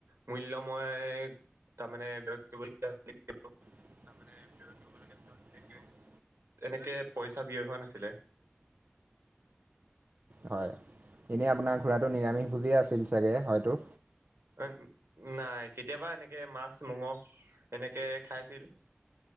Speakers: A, on the right; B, on the right.
A: মূল্যময় তাৰমানে <unintelligible>
B: <unintelligible>
A: এনেকে পইচা ব্যয় হোৱা নাছিলে
B: হয় এনেই আপোনাৰ ঘোঁৰাটো নিৰামিষ ভোজী আছিল চাগে হয়তো
A: উ নাই কেতিয়াবা এনেকে মাছ মংহ এনেকে খাইছিল